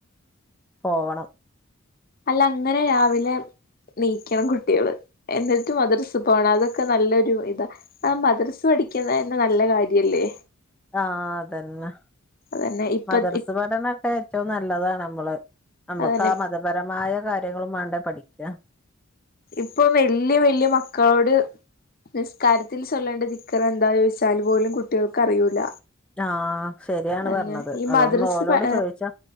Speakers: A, in the centre; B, on the left.
A: പോവണം.
B: അല്ല അങ്ങനെ രാവിലെ നീക്കണം കുട്ടികള് എന്നി മദ്രസാ പോണം അതൊക്കെ നല്ലൊരു ഇതാ ആ മദ്രസ് പഠിക്കുന്ന തെ നല്ല കാര്യല്ലേ?
A: ആഹ അതന്നെ
B: അതന്നെ ഇപ്പ
A: മദർസ് പഠനൊക്കെ ഏറ്റോ നല്ലതാണ് നമ്മള് നമ്മക്ക്
B: അതന്നെ
A: ആ മതപരമായ കാര്യങ്ങളും വേണ്ടേ പഠിക്കുക.
B: ഇപ്പൊ വല്യ വല്യ മക്കളോട് നിസ്കാരത്തിൽ ചൊല്ലേണ്ട ദിക്ർ എന്താ ചോദിച്ചാല് പോലും കുട്ടികൾക്ക് അറിയൂല
A: ആഹ ശരിയാണ്
B: അതന്നെ
A: പറഞ്ഞത്
B: ഈ
A: അതൊന്ന്
B: മദ്രസ്
A: ഓലോട്
B: പ
A: ചോയിച്ചാ